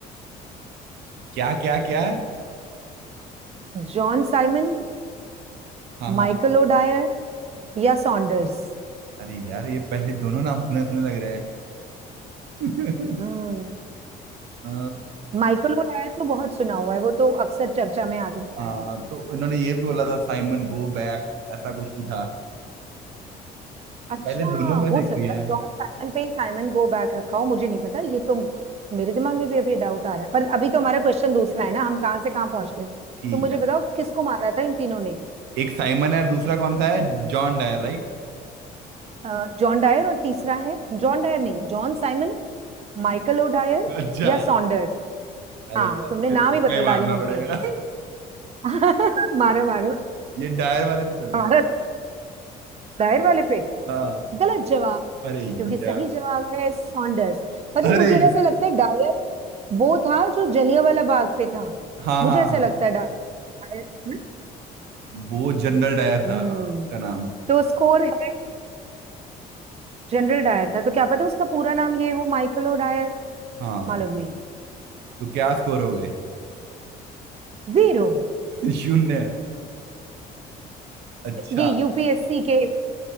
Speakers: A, on the right; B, on the right.
A: क्या क्या क्या
B: John Simon
A: हाँ हाँ
B: Michael O'Dwyer या सॉन्डर्स
A: अरे यार ये पहले दोनों नाम सुने सुने लग रहे हैं <laughs>
B: हम्म
A: अ,
B: माइकल ओ डायर तो बहुत सुना हुआ है वो तो अक्सर चर्चा में आ जाता
A: हाँ
B: है
A: तो इन्होंने ये भी बोला था साइमन गो बैक ऐसा कुछ भी था
B: अच्छा
A: पहले दोनों में
B: हो
A: से एक
B: सकता
A: भी है
B: है जॉन साइमन पे ही साइमन गो बैक रखा हो मुझे नहीं पता ये तो मेरे दिमाग में भी अभी डाउट आ रहा है पर अभी तो हमारा क्वेश्चन दूसरा है ना हम कहाँ से कहाँ पहुंच गए
A: ठीक
B: तो मुझे
A: है
B: बताओ किसको मारा था इन तीनों ने
A: एक साइमन है और दूसरा कौन सा है जॉन डायर राइट
B: अ, जॉन डायर और तीसरा है जॉन डायर नहीं John Simon Michael O'Dwyer
A: अच्छा
B: या सॉन्डर
A: अरे
B: हाँ
A: यार
B: तुमने
A: फिर
B: नाम
A: तुक्का
B: ही बदल
A: ही
B: डाले
A: मारना पड़ेगा
B: उनके
A: <laughs>
B: <laughs> मारो मारो
A: ये डायर वाले पे चलते
B: हमारा
A: हैं
B: दायर वाले पे
A: हाँ
B: गलत जवाब
A: अरे
B: क्योंकि सही
A: यार
B: जवाब है सॉन्डर्स पता
A: अरे
B: है मुझे ऐसे लगता है डायर वो था जो जलियांवाला बाग पे था
A: हाँ
B: मुझे
A: हाँ
B: ऐसा
A: हाँ
B: लगता है डायर हम्म।
A: वो जनरल डायर
B: हम्म
A: था हाँ, उसका नाम
B: तो स्कोर है जनरल डायर था तो क्या पता उसका पूरा नाम ये हो माइकल ओ डायर
A: हाँ
B: मालूम नहीं
A: तो क्या स्कोर हो गए
B: जीरो
A: <laughs> शून्य अच्छा
B: ये यूपीएससी के